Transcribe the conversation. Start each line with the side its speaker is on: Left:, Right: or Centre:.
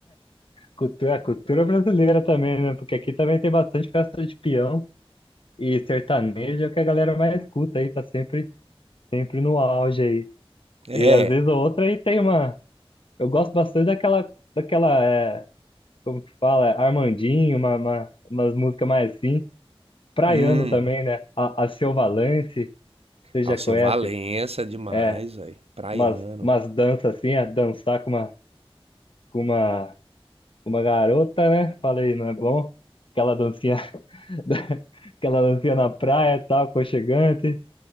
Left: cultura, cultura brasileira também, né? Porque aqui também tem bastante festa de peão e sertanejo, que a galera mais escuta aí, tá sempre, sempre no auge aí.
Right: É.
Left: E às vezes a outra aí tem uma. Eu gosto bastante daquela, daquela, é, que fala, é, Armandinho, uma, uma, umas músicas mais assim. Praiano
Right: Hum.
Left: também, né? A, a Seu Valance, você já
Right: Alceu
Left: conhece?
Right: Valença demais,
Left: É,
Right: velho. Praiano.
Left: umas, umas danças assim, é dançar com uma, com uma, com uma garota, né? Falei, não é bom? Aquela dancinha, <laughs> da- aquela dancinha na praia e tal, aconchegante,